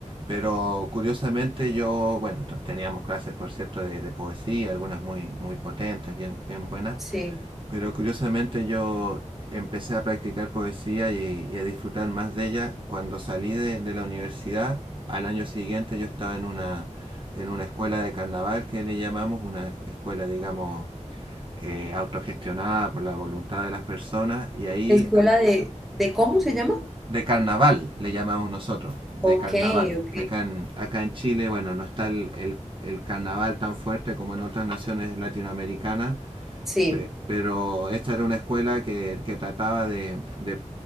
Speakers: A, on the right; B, in the centre.
A: Pero curiosamente yo, bueno, teníamos clases, por cierto, de, de poesía, algunas muy, muy potentes, bien, bien buenas.
B: sí.
A: Pero curiosamente yo empecé a practicar poesía y, y a disfrutar más de ella cuando salí de, de la universidad. Al año siguiente yo estaba en una, en una escuela de carnaval que le llamamos, una escuela, digamos, eh, autogestionada por la voluntad de las personas, y ahí
B: ¿Escuela de, de cómo se llama?
A: de carnaval le llamamos nosotros, de
B: Ok,
A: carnaval,
B: ok,
A: que acá en, acá en Chile, bueno, no está el, el- el carnaval tan fuerte como en otras naciones latinoamericanas,
B: sí.
A: Pe- pero esta era una escuela que, que trataba de, de